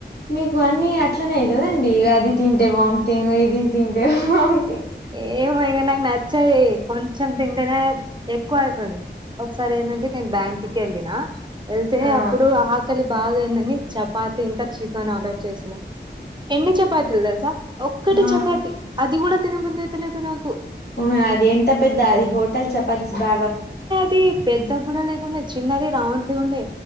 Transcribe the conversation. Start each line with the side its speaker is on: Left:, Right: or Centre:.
Left: మీకు అన్ని అట్లనే అయితదండి అది తింటే వామితింగ్ ఇది తింటే వామితింగ్
Right: ఏవో ఇగ నాకు నచ్చయి కొంచెం తింటేనే ఎక్కువయితది ఒకసారి ఏమంటే నేన్ బ్యాంక్ కి ఎళ్ళిన ఎళ్తే
Left: ఆ
Right: అప్పుడు ఆ కేలి బాగేందని చపాతి ఇంకా చికెన్ ఆర్డర్ చేసినా ఎన్ని చపాతీల్ తెలుసా ఒక్కటే
Left: ఆ
Right: చపాతి అది గుడా తినబుధైతలేదు నాకు
Left: ఉమే అది ఎంత పెద్ద అది హోటల్ చపాతీస్ బాగా
Right: థీ పెద్ద బుడ లేకుండే చిన్నది రౌండ్ ది ఉండే